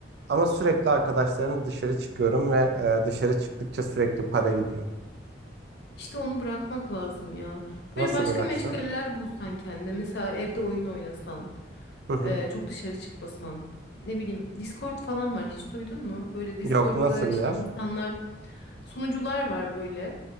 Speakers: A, on the right; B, on the left.
A: Ama sürekli arkadaşlarım dışarı çıkıyorum ve e, dışarı çıktıkça sürekli para gidiyor.
B: İşte onu bırakmak lazım ya.
A: Nasıl
B: Böyle başka
A: bırakacağım?
B: meşgaleler bulsan kendine. Mesela evde oyun oynasan,
A: Hı hı.
B: e, çok dışarı çıkmasan. Ne bileyim, Discord falan var. Hiç duydun mu? Böyle Discord'da
A: Yok nasıl
B: işte
A: bir yer?
B: insanlar, sunucular var böyle.